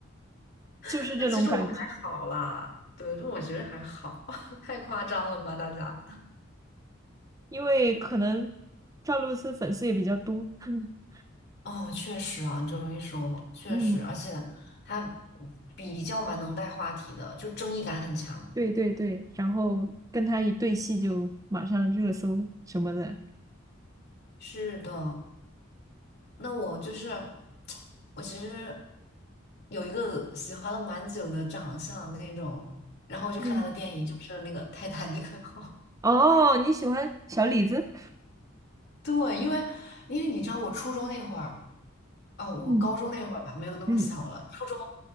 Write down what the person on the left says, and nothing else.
<laughs>
但其实我还好啦，对，这我觉得还好，<laughs> 太夸张了吧，大家。
哦，确实啊，你这么一说，确实，
而且他比较蛮能带话题的，就争议感很强。
是的，那我就是 <tsk> 我其实有一个喜欢了蛮久的长相那种，然后我去看他的电影，
就是那个《泰坦尼克号》。
<laughs> 对，因为因为你知道，我初中那会儿。哦，我高中那会儿吧，
没有那么小了。
初中，